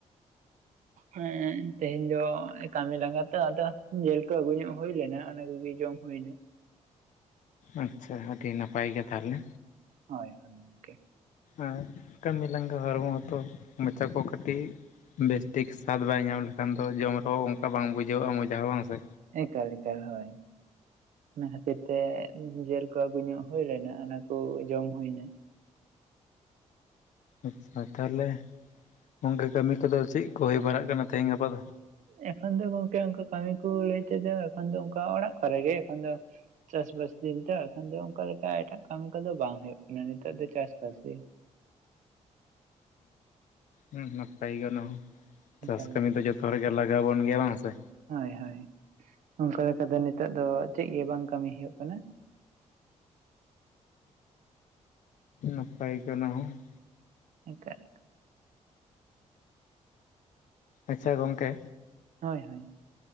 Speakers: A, on the right; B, on the left.
A: ᱦᱮᱸ ᱛᱮᱦᱮᱧ ᱫᱚ ᱠᱟᱹᱢᱤ ᱞᱟᱸᱜᱟ ᱛᱚ ᱟᱫᱚ ᱡᱤᱞ ᱠᱚ ᱟᱹᱜᱩ ᱧᱚᱜ ᱦᱩᱭ ᱞᱮᱱᱟ ᱚᱱᱟ ᱠᱚᱜᱮ ᱡᱚᱢ ᱦᱩᱭᱱᱟ
B: ᱟᱪᱪᱷᱟ ᱟᱹᱰᱤ ᱱᱟᱯᱟᱭ ᱜᱮᱭᱟ ᱛᱟᱦᱚᱞᱮ
A: ᱦᱳᱭ ᱦᱳᱭ ᱜᱚᱝᱠᱮ
B: ᱟᱨ ᱠᱟᱹᱢᱤ ᱞᱟᱸᱜᱟ ᱦᱚᱲᱢᱚ ᱛᱚ ᱢᱚᱪᱟ ᱠᱚ ᱠᱟᱹᱴᱤᱡ ᱵᱮᱥᱴᱷᱤᱠ ᱥᱟᱫ ᱵᱟᱭ ᱧᱟᱢ ᱞᱮᱠᱷᱟᱱ ᱫᱚ ᱡᱚᱢ ᱨᱮᱦᱚᱸ ᱚᱱᱠᱟ ᱵᱟᱝ ᱵᱩᱡᱷᱟᱹ-ᱟ ᱢᱚᱡᱟ ᱦᱚᱸ ᱵᱟᱝ ᱥᱮ
A: ᱮᱠᱟᱞ ᱮᱠᱟᱞ ᱦᱳᱭ ᱚᱱᱟ ᱠᱷᱟᱹᱛᱤᱨ ᱛᱮ ᱡᱞ ᱠᱚ ᱟᱹᱜᱩ ᱧᱚᱜ ᱦᱩᱭ ᱞᱮᱱᱟ᱾ ᱚᱱᱟ ᱠᱚ ᱡᱚᱢ ᱦᱩᱭᱱᱟ
B: ᱟᱪᱪᱷᱟ ᱛᱟᱦᱚᱞᱮ ᱚᱱᱠᱟ ᱠᱟᱹᱢᱤ ᱠᱚᱫᱚ ᱪᱮᱫ ᱠᱚ ᱦᱩᱭ ᱵᱟᱲᱟᱜ ᱠᱟᱱᱟ ᱛᱮᱦᱤᱧ ᱜᱟᱯᱟ ᱫᱚ
A: ᱮᱠᱷᱚᱱ ᱫᱚ ᱜᱚᱝᱠᱮ ᱚᱱ ᱠᱟᱹᱢᱤ ᱠᱚ ᱞᱟᱹᱭ ᱛᱮᱫᱚ ᱮᱠᱷᱚᱱ ᱫᱚ ᱚᱱᱠᱟ ᱚᱲᱟᱜ ᱠᱚᱨᱮ ᱜᱮ ᱮᱠᱷᱚᱱ ᱫᱚ᱾ ᱪᱟᱥᱵᱟᱥ ᱫᱤᱱ ᱛᱚ ᱮᱠᱷᱚᱱ ᱫᱚ ᱚᱱᱠᱟ ᱞᱮᱠᱟ ᱮᱴᱟᱜ ᱠᱟᱹᱢᱤ ᱠᱚᱫᱚ ᱵᱟᱝ ᱦᱩᱭᱩᱜ ᱠᱟᱱᱟ ᱱᱤᱛᱚᱜ ᱫᱚ ᱪᱟᱥᱵᱟᱥ ᱜᱮ᱾
B: ᱦᱮᱸ ᱱᱟᱯᱟᱭ ᱜᱮ ᱚᱱᱟ ᱦᱚᱸ, ᱪᱟᱥ
A: ᱚᱱᱠᱟ
B: ᱠᱟᱹᱢᱤ
A: ᱞᱮᱠᱟ
B: ᱫᱚ ᱡᱚᱛᱚ ᱦᱚᱲᱜᱮ ᱞᱟᱜᱟᱣ ᱵᱚᱱ ᱜᱮᱭᱟ ᱵᱟᱝ ᱥᱮ
A: ᱦᱳᱭ ᱦᱳᱭ, ᱚᱱᱠᱟ ᱞᱮᱠᱟ ᱫᱚ ᱱᱤᱛᱚᱜ ᱫᱚ ᱪᱮᱫ ᱜᱮ ᱵᱟᱝ ᱠᱟᱹᱢᱤ ᱦᱩᱭᱩᱜ ᱠᱟᱱᱟ ᱾
B: ᱱᱟᱯᱟᱭ ᱜᱮ ᱚᱱᱟ ᱦᱚᱸ ᱾
A: <unintelligible>
B: ᱟᱪᱪᱷᱟ ᱜᱚᱝᱠᱮ
A: ᱦᱳᱭ ᱦᱳᱭ ᱾